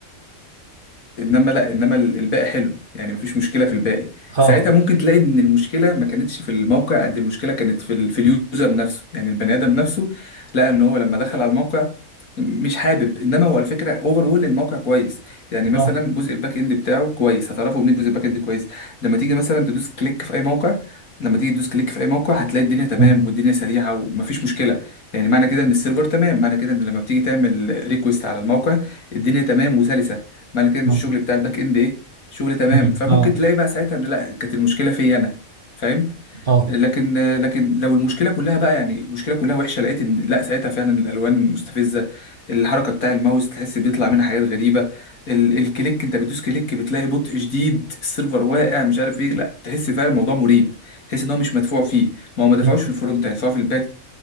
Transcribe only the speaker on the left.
انما لا انما ال- الباقي حلو يعني مفيش مشكله في الباقي
ساعتها ممكن تلاقي ان المشكله ما كانتش في الموقع قد المشكله كانت في ال... في اليوزر نفسه يعني البني ادم نفسه لقى ان هو لما دخل على الموقع مش حابب انما هو الفكره اوفر اول الموقع كويس يعني مثلا
جزء الباك اند بتاعه كويس هتعرفه منين جزء الباك اند كويس لما تيجي مثلا تدوس كليك في اي موقع لما تيجي تدوس كليك في اي موقع هتلاقي الدنيا تمام
والدنيا سريعه ومفيش مشكله يعني معنى كده ان السيرفر تمام معنى كده ان لما بتيجي تعمل ريكوست على الموقع الدنيا تمام وسلسه معنى كده ان
الشغل بتاع الباك اند ايه شغل تمام
فممكن
تلاقي بقى ساعتها ان لا كانت المشكله فيا انا فاهم
لكن لكن لو المشكله كلها بقى يعني المشكله كلها وحشه لقيت ان لا ساعتها فعلا الالوان مستفزه الحركه بتاع الماوس تحس بيطلع منها حاجات غريبه ال الكليك انت بتدوس كليك بتلاقي بطء شديد السيرفر واقع مش عارف ايه لا تحس فعلا الموضوع مريب تحس ان هو مش مدفوع فيه ما هو ما دفعوش
في الفرونت هيدفعوا في الباك